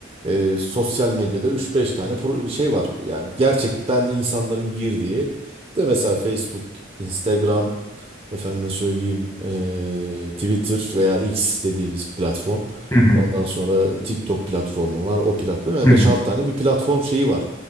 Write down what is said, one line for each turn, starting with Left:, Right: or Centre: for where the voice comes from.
Right: e, sosyal medyada üç beş tane pro- şey var yani gerçekten insanların girdiği de mesela Facebook, Instagram efendime söyleyeyim e, Twitter veya X dediğimiz platform.
Left: Hı hı.
Right: Ondan sonra TikTok platformu var. O platform. Yani
Left: Hı
Right: beş
Left: hı.
Right: 6 tane bir platform şeyi var.